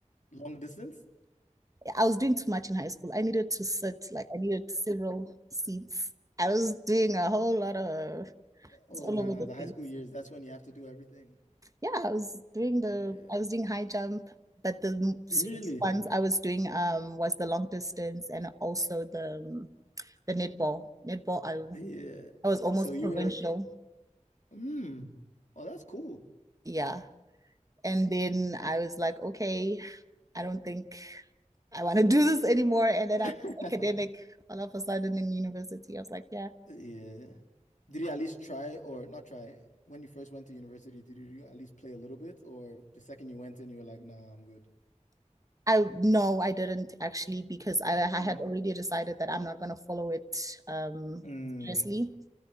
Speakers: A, on the left; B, on the right.
A: Long distance?
B: I was doing too much in high school. I needed to sit, like I needed several seats. I was doing a whole lot of
A: Oh,
B: it's all
A: nah.
B: over the
A: The
B: place.
A: high school years, that's when you have to do everything.
B: Yeah, I was doing the
A: Yeah.
B: I was doing high jump, but the m- serious
A: Really?
B: ones I was doing um was the long distance and also the um, the netball. Netball, I
A: Yeah.
B: I was almost
A: So you
B: provincial.
A: were, mm, oh, that's cool.
B: Yeah. And
A: Yeah.
B: then I was like, okay, I don't think I want to do this anymore. And then
A: <laughs>
B: I was academic all of a sudden in university. I was like, yeah.
A: Yeah. Did you at least try or not try? When you first went to university, did you at least play a little bit? Or the second you went in, you were like, nah, I'm good.
B: I no, I didn't actually because I, I
A: Mm,
B: had already decided that I'm not going to follow it um
A: mm,
B: seriously.